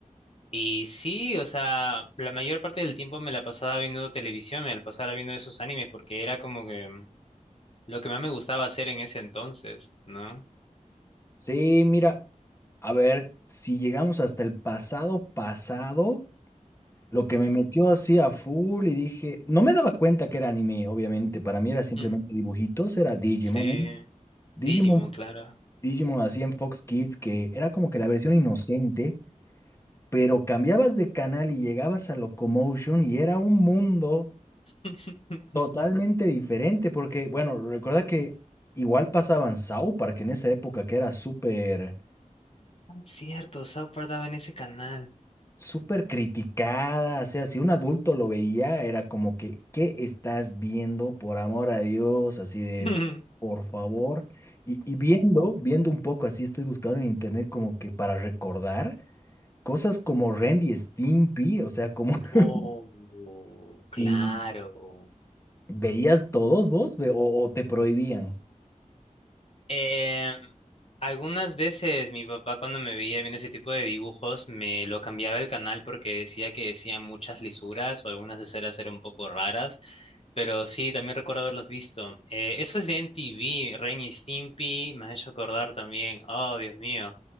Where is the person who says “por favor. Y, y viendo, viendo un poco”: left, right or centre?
Left